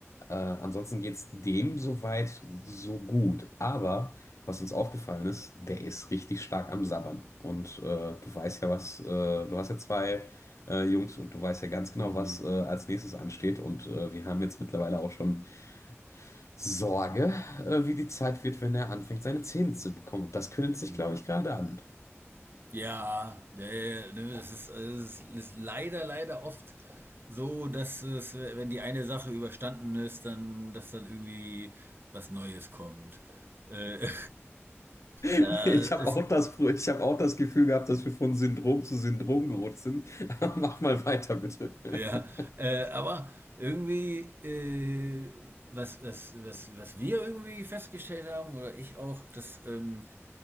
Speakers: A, on the left; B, on the right.
A: äh, ansonsten geht's dem soweit so gut. Aber was uns aufgefallen ist, der ist richtig stark am Sabbern. Und äh, du weißt ja was, äh, du hast ja zwei äh, Jungs und du weißt ja ganz genau,
B: mhm,
A: was äh, als nächstes ansteht. Und äh, wir haben jetzt mittlerweile auch schon Sorge, äh, wie die Zeit wird, wenn er anfängt, seine Zähne zu bekommen. Und das kündigt sich,
B: hm.
A: glaube ich, gerade an. <laughs>
B: Ja, ja, ja, ne, das ist, es ist, ist leider, leider oft so, dass es, wenn die eine Sache überstanden ist, dann, dass dann irgendwie was Neues kommt. Äh,
A: Ich
B: <laughs> da
A: habe
B: ist,
A: auch das, ich habe auch das Gefühl gehabt, dass wir von Syndrom zu Syndrom gerutscht sind. <laughs> Aber Mach mal weiter, bitte. <laughs>
B: Ja, äh, aber irgendwie, äh, was, was, was, was wir irgendwie festgestellt haben, oder ich auch, dass ähm,